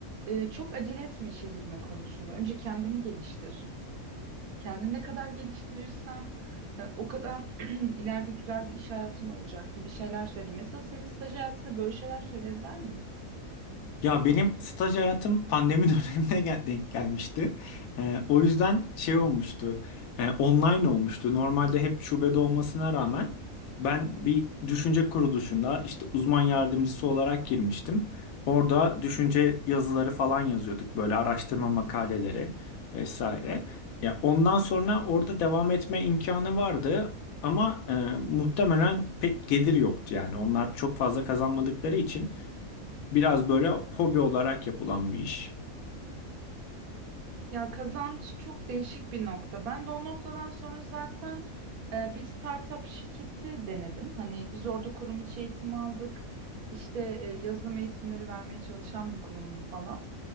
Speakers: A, on the right (about 80°); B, on the left (about 75°).
A: e, çok acele etme işe girme konusunda. Önce kendini geliştir. Kendini ne kadar geliştirirsen e, o kadar <clears throat> ileride güzel bir iş hayatın olacak gibi şeyler söyledi. Mesela senin staj hayatında böyle şeyler söylediler mi?
B: Ya benim staj hayatım pandemi <laughs> dönemine gel denk gelmişti. Ee, o yüzden şey olmuştu. e, online olmuştu. Normalde hep şubede olmasına rağmen ben bir düşünce kuruluşunda işte uzman yardımcısı olarak girmiştim. Orada düşünce yazıları falan yazıyorduk böyle araştırma makaleleri vesaire. Ya ondan sonra orada devam etme imkanı vardı ama e, muhtemelen pek gelir yoktu yani onlar çok fazla kazanmadıkları için. Biraz böyle hobi olarak yapılan bir iş.
A: Ya kazanç çok değişik bir nokta. Ben de o noktadan sonra zaten e, bir startup şirketi denedim. Hani biz orada kurum içi eğitim aldık. İşte e, yazılım eğitimleri vermeye çalışan bir kurumdu falan.